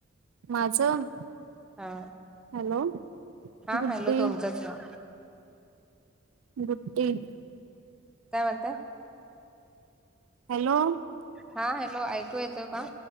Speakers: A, on the right (about 85°); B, in the centre.
A: माझं.
B: हा.
A: हॅलो.
B: हा
A: गुड्डी
B: हॅलो तुमचाच ना.
A: रुटीन.
B: काय म्हणताय?
A: हॅलो.
B: हा हॅलो ऐकू येतोय का?